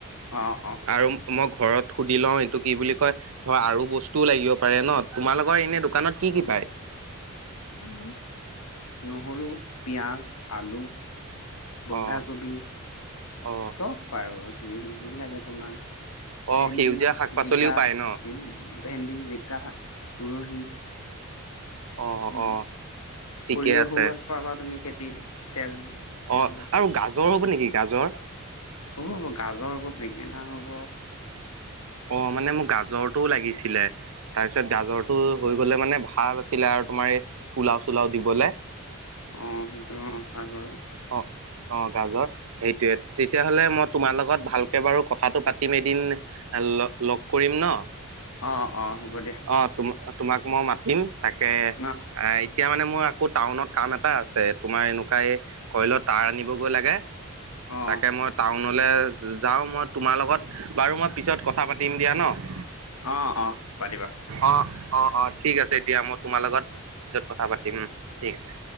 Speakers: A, on the left; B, on the right.
A: অ' অ'।
B: আৰু মই ঘৰত সুধি লওঁ, এইটো কি বুলি কয় ধৰ আৰু বস্তুও লাগিব পাৰে ন। তোমালোকৰ এনে দোকানত কি কি পায়? <inaudible>
A: উম নহৰু, পিয়াজ, আলু বন্ধাকবি,
B: অ অ
A: চব পাই তুমি যি লাগে তোমাক।
B: অ
A: ভেন্দি,
B: সেউজীয়া শাক পাচলিও
A: জিকা,
B: পায় ন?
A: উম ভেন্দি, জিকা। উৰহি।
B: অ
A: উম,
B: অ ঠিকে
A: সৰিয়হ
B: আছে
A: পাবা তুমি খেতি তেল।
B: অ'
A: বিলাক
B: আৰু গাজৰ হ'ব নেকি? গাজৰ?
A: হ'ব হ'ব গাজৰ হ'ব, বেঙেনা হ'ব।
B: অ' মানে মোক গাজৰটোও লাগিছিলে, তাৰপিছত গাজৰটো হৈ গলে মানে ভাল আছিলে। তোমাৰ এই পোলাও-চোলাও দিবলে।
A: অ' সেইটো হয় বাৰু।
B: অ'। অ' গাজৰ সেইটোয়ে, তেতিয়াহ'লে মই তোমাৰ লগত ভালকে বাৰু কথাটো পাতিম এদিন। লগ কৰিম ন,
A: অ অ হ'ব দিয়া
B: অ' তো-তোমাক মই মাত তিম তাকে
A: অ
B: আহ এতিয়া মানে মোৰ আকৌ টাউনত কাম এটা আছে তোমাৰ এনেকুৱাই। কইলত তাঁৰ আনিবগৈ লাগে,
A: অ
B: তাকে মই টাউনলৈ যাওঁ। মই তোমাৰ লগত বাৰু মই পিছত কথা পাতিম দিয়া ন।
A: অ' অ' পাতিবা।
B: অ অ' অ' ঠিক আছে এতিয়া মই তোমাৰ লগত পিছত কথা পাতিম, ঠিক আছে।